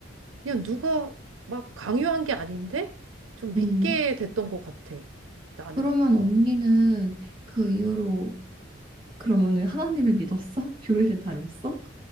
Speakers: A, on the right; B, on the right.
A: 그냥 누가 막 강요한 게 아닌데 좀 믿게
B: 음.
A: 됐던 것 같아. 나는.
B: 그러면 언니는 그 이후로 그러면은 하나님을 믿었어? <laughs> 교회를 다녔어?